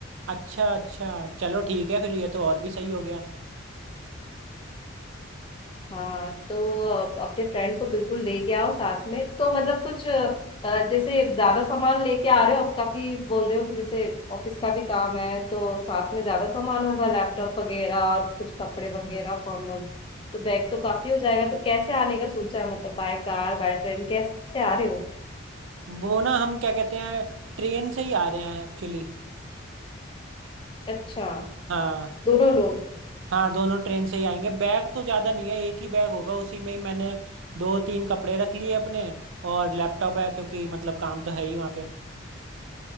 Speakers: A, on the right; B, on the left.
A: अच्छा अच्छा चलो ठीक है फिर ये तो और भी सही हो गया
B: हाँ तो अ, अपने फ्रेंड को बिल्कुल लेके आओ साथ में तो मतलब कुछ अ, जैसे ज्यादा सामान लेके आ रहे हो अब काफी बोल रहे हो कि जैसे ऑफिस का भी काम है तो साथ में ज्यादा सामान होगा लैपटॉप वगैरह और कुछ कपड़े वगैरह फॉर्मल तो बैग तो काफी हो जाएगा तो कैसे आने का सोचा है मतलब बाय कार बाय ट्रेन कैसे आ रहे हो
A: वो ना हम क्या कहते हैं ट्रेन से ही आ रहे हैं एक्चुअली
B: अच्छा
A: हाँ
B: दोनों लोग
A: हाँ दोनों ट्रेन से ही आएंगे बैग तो ज़्यादा नहीं है एक ही बैग होगा उसी में ही मैंने दो तीन कपड़े रख लिए अपने और लैपटॉप है क्योंकि मतलब काम तो है ही वहाँ पे